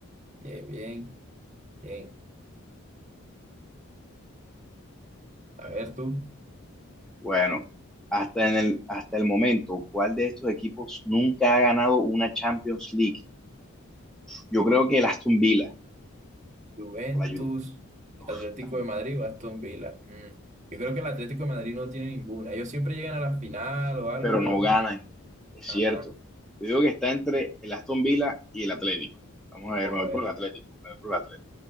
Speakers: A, on the right; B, in the centre.
A: Bien, bien, bien. A ver tú,
B: Bueno, hasta en el, hasta el momento, ¿cuál de estos equipos nunca ha ganado una Champions League? Yo creo que el Aston Villa
A: Juventus,
B: o la Juve. uf,
A: Atlético
B: está muy-
A: de Madrid o Aston Villa. Mm, Yo creo que el Atlético de Madrid no tiene ninguna. Ellos siempre llegan a la final o algo,
B: pero
A: pero...
B: no ganan, es cierto.
A: Ajá,
B: Yo digo que está entre el Aston Villa y el Atlético. Vamos a ver,
A: vamos
B: me voy
A: a ver.
B: por el Atlético, me voy por el Atlético.